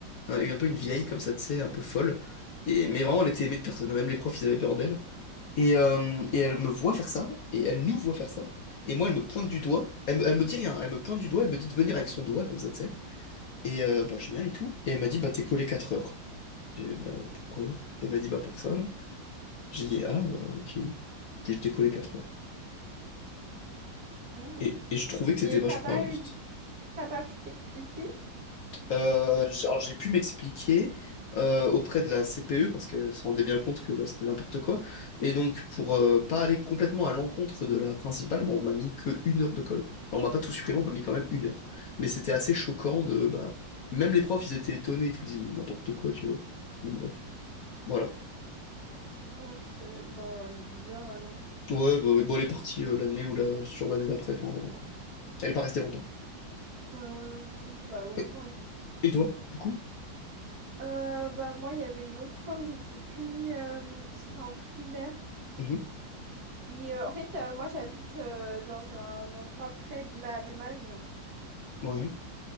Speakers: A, on the left (about 60°); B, on the right (about 60°).
A: hein, un peu une vieille comme ça, tu sais, un peu folle. Et, mais vraiment, elle était aimée de personne. Même les profs, ils avaient peur d'elle. Et, euh, et elle me voit faire ça, et elle nous voit faire ça, et moi elle me pointe du doigt, elle, me- elle me dit rien, elle me pointe du doigt, elle me dit de venir avec son doigt comme ça, tu sais. Et euh, bah je viens et tout, et elle m'a dit bah t'es collé 4 heures. J'ai dit bah pourquoi? Elle m'a dit bah pour ça là. J'ai dit ah bah ok, puis j'étais collé 4 heures.
B: Hmm.
A: Et, et je trouvais que c'était
B: Et
A: vachement
B: t'as pas
A: injuste.
B: eu... t'as pas pu t'expliquer?
A: Euh, j- alors j'ai pu m'expliquer euh, auprès de la CPE parce qu'elle se rendait bien compte que bah, c'était n'importe quoi. Et donc pour euh, pas aller complètement à l'encontre de la principale, bah, on m'a mis que une heure de colle. Alors, On m'a pas tout supprimé, on m'a mis quand même une heure. Mais c'était assez choquant de bah même les profs ils étaient étonnés et tout, ils disaient mais n'importe quoi tu vois. Bon bref, voilà.
B: Ok, bah, elle est bizarre, alors.
A: Ouais bah, oui. bon elle est partie euh, l'année ou la sur l'année d'après, enfin voilà quoi. Elle est pas restée longtemps.
B: Ah ouais, ok. Bah, heureusement.
A: Et et toi, du coup?
B: Euh, bah, moi, il y avait une autre fois où j'étais punie. euh, C'était en primaire.
A: Mhm.
B: Et euh, en fait, euh, moi, j'habite euh, dans un endroit près de l'Allemagne.
A: Ouais,